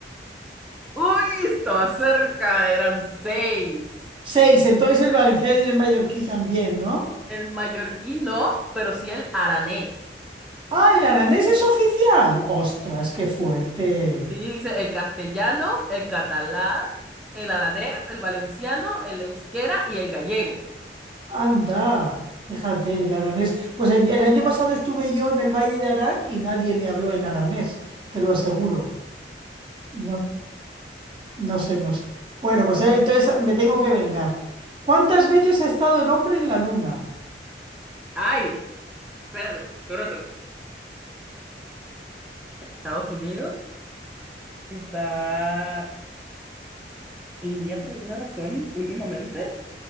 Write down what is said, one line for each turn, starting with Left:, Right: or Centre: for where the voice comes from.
Centre: Uy, estaba cerca, eran seis.
Right: Seis, entonces el valenciano y el mallorquí también, ¿no?
Centre: El mallorquín no, pero sí el aranés.
Right: ¡Ah, el aranés es oficial! ¡Ostras, qué fuerte!
Centre: Sí, dice el castellano, el catalán, el aranés, el valenciano, el euskera y el gallego.
Right: Anda, fíjate, el aranés. Pues el, el año pasado estuve yo en el Valle de Arán y nadie me habló en aranés, te lo aseguro. No, no sé, no sé. Bueno, pues eh, entonces me tengo que vengar. ¿Cuántas veces ha estado el hombre en la luna?
Centre: Ay, espérate, espérate. Estados Unidos, está India por alguna razón últimamente,